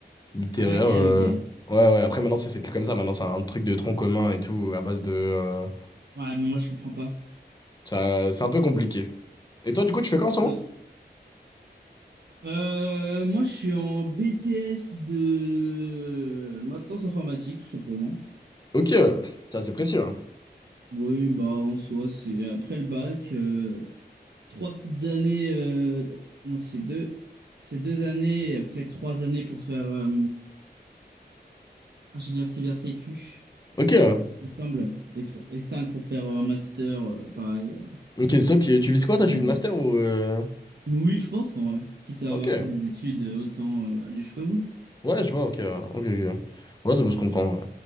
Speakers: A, on the left; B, on the right.
A: Littéraire,
B: Un bac L,
A: euh,
B: ok. Ouais,
A: ouais, ouais. Après, maintenant, c'est c'est plus comme ça. Maintenant, c'est un truc de tronc commun et tout, à base de... euh,
B: mais moi, je comprends pas.
A: ça, c'est un peu compliqué. Et toi, du coup, tu fais quoi en ce moment?
B: Ouais. Euh, moi, je suis en BTS de maintenance informatique, tout simplement.
A: Ok, ouais. Ça, c'est précis, ouais.
B: Oui, bah, en soi, c'est après le bac, euh, trois petites années. euh, Non, c'est deux. C'est deux années et après trois années pour faire euh, ingénieur cyber sécu,
A: Ok, ouais.
B: il me semble, et, tro- et cinq pour faire euh, un master, euh, pareil.
A: Ok, stop toi Tu vises quoi, toi?
B: Euh,
A: Tu vis le
B: voilà.
A: master ou... euh,
B: Oui, je pense, en vrai. Quitte à
A: Ok.
B: avoir fait des études, euh, autant euh, aller jusqu'au bout.
A: Ouais, je vois, ok, ouais. ok, ok. Ouais, Ouais, ça peut se comprendre. ouais.